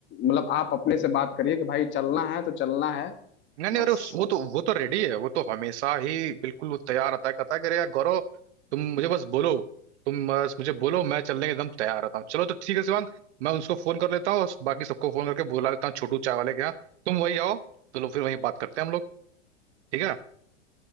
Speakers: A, on the left; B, on the right.
A: मतलब आप अपने से बात करिए कि भाई चलना है तो चलना है
B: नहीं नहीं
A: बस
B: अरे उस- वो तो वो तो रेडी है वो तो हमेशा ही बिल्कुल वो तैयार रहता है कहता है कि अरे यार गौरव तुम मुझे बस बोलो तुम बस मुझे बोलो मैं चलने के एकदम तैयार रहता हूँ चलो तो ठीक है शिवांग मैं उसको फोन कर लेता हूँ और बाकी सबको फोन करके बुला लेता हूँ छोटू चाय वाले के यहाँ तुम वहीं आओ चलो फिर वहीं बात करते हैं हम लोग ठीक है